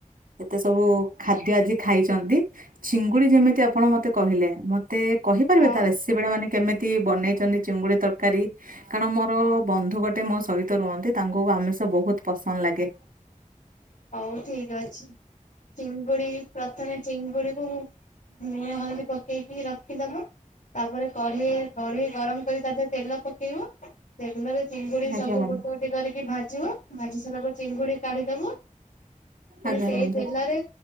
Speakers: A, on the right (about 85°); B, on the left (about 70°).
A: ଏତେସବୁ ଖାଦ୍ୟ ଆଜି ଖାଇଚନ୍ତି ଚିଙ୍ଗୁଡି ଯେମିତି ଆପଣ ମତେ କହିଲେ ମତେ କହିପାରିବେ
B: ହଁ
A: ତା ରେସିପିଟା ମାନେ କେମି ତି ବନେଇଚନ୍ତି ଚିଙ୍ଗୁଡ଼ି ତରକାରୀ କାରଣ ମୋର ବନ୍ଧୁ ଗୋଟେ ମୋ ସହିତ ରୁହନ୍ତି ତାଙ୍କୁ ଆମିଷ ବୋହୁତ ପସନ୍ଦ ଲାଗେ।
B: ହୋଉ ଠିକ ଅଛି ଚିଙ୍ଗୁଡି ପ୍ରଥମେ ଚିଙ୍ଗୁଡି କୁ ଲୁଣ, ହଳଦୀ ପକେଇକି ରଖିଦବ ତାପରେ କଢେଇ କଢେଇ ଗରମ କରି ତା ଦେହରେ ତେଲ ପକେଇବ ତେଲରେ ଚିଙ୍ଗୁଡି
A: ଆଜ୍ଞା
B: ସବୁ
A: ବନ୍ଧୁ।
B: ଗୋଟେ ଗୋଟେ କରିକି ଭାଜିବ ଭାଜି ସାରିବା ପରେ ଚିଙ୍ଗୁଡି କାଢିଦବ। ପୁଣି
A: ଆଜ୍ଞା
B: ସେଇ
A: ବନ୍ଧୁ
B: ତେଲରେ